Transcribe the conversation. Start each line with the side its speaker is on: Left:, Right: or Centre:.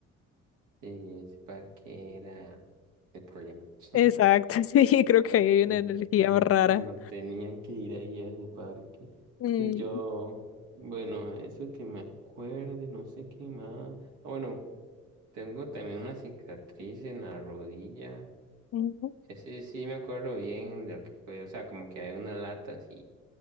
Right: Sí, ese parque era el problema. <laughs>
Left: Exacto, <laughs> sí, creo que hay una
Right: Mm,
Left: energía
Right: mm,
Left: rara.
Right: No tenían que ir ahí a ese parque.
Left: Mm,
Right: Y yo, bueno, eso que me acuerde, no sé qué más. Ah, bueno, tengo también una cicatriz en la rodilla.
Left: ujú.
Right: Ese sí me acuerdo bien de lo que fue. O sea, como que hay una lata así.